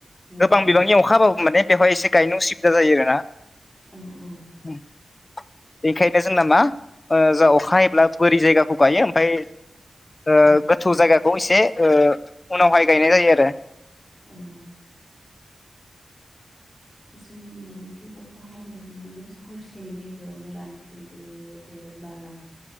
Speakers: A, in the centre; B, on the left (about 25°).
A: औ
B: गोबां बिबांनि अखा हाबाबो माने बेवहाय एसे गायनो उसुबिदा जायो आरो ना।
A: औ औ।
B: <unintelligible> बेनिखायनो जोंना मा ओ जाव अखायोब्ला बोरि जायगाखौ गायो ओमफ्राय ओ
A: औ
B: गोथौ जायगाखौ एसे ओ उनावहाय गायनाय जायो आरो।
A: उम। जोंनियाव बिदि अखा हाब्लाबो माने हरसेनि गेजेरावनो रानफिनजोबो बेबायदि आरो बाला